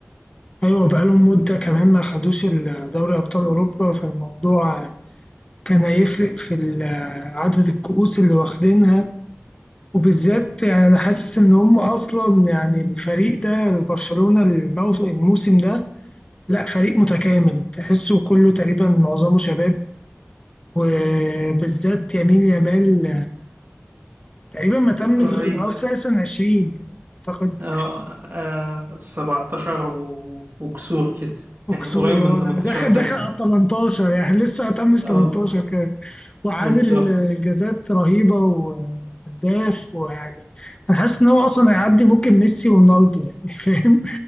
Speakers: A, on the left; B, on the right.
A: أيوة بقالهم مدة كمان ما خدوش دوري أبطال أوروبا فالموضوع كان هيفرق في ال- عدد الكؤوس اللي واخدينها وبالذات يعني أنا حاسس إن هم أصلا يعني الفريق ده برشلونة الموسم الموسم ده لا فريق متكامل تحسه كله تقريبا معظمه شباب وبالذات يمين يامال تقريبا ما تمش
B: أوي
A: أو أساسا 20 أعتقد
B: اه آه، 17 و... وكسور كده
A: وكسور
B: يعني قريب من 18
A: دخل
B: سنة
A: دخل على 18 يعني <laughs> لسه هتمش
B: اه
A: 18 كده وعامل
B: بالظبط
A: انجازات رهيبه وهداف ويعني انا حاسس ان هو اصلا هيعدي ممكن ميسي ورونالدو يعني <laughs> فاهم